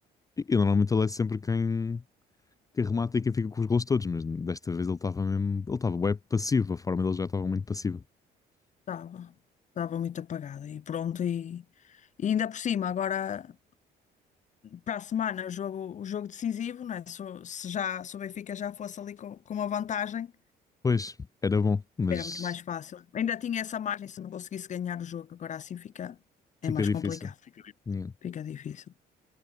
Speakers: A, on the left; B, on the left.
A: E, e normalmente ele é sempre quem. que remata e quem fica com os gols todos, mas desta vez ele estava mesmo, ele estava bem passivo, a forma dele já estava muito passiva.
B: Estava, estava muito apagada e pronto, e, e ainda por cima, agora para a semana jogo, o jogo decisivo, não é? Se, o- se já se o Benfica já fosse ali com, com uma vantagem,
A: Pois, era bom, mas
B: era muito mais fácil. Ainda tinha essa margem se não conseguisse ganhar o jogo, agora assim fica, é
A: fica
B: mais
A: difícil.
B: complicado, difícil.
A: Yeah.
B: fica difícil.